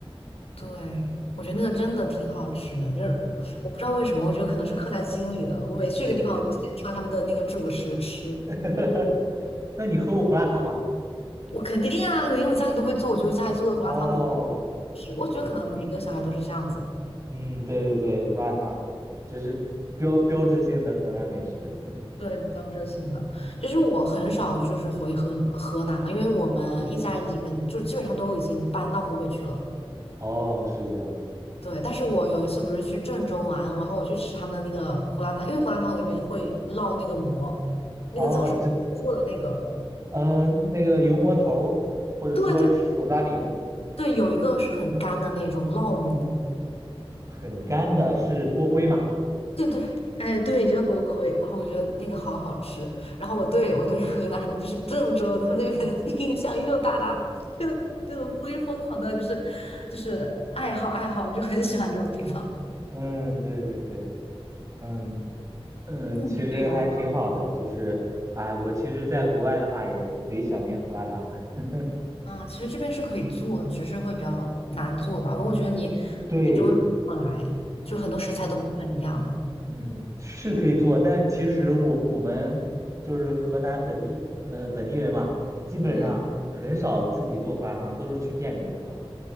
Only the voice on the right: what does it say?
嗯，
对对，
<laughs> 那你喝过胡辣汤吗？
哦，
不辣，嗯，对对对，胡辣汤，这是标标志性的河南美食。
哦，是这样。
哦，这，嗯、那个油馍头儿或者说手抓饼，
嗯，
很干的，是锅盔嘛？
嗯，对对对，嗯嗯、
呃其实还挺好的，就是，哎，我其实在国外的话也贼想念胡辣汤。<laughs>
对，
嗯，是可以做，但其实我我们就是河南本地呃本地人嘛，基本上很少自己做胡辣汤，
都是去店里喝，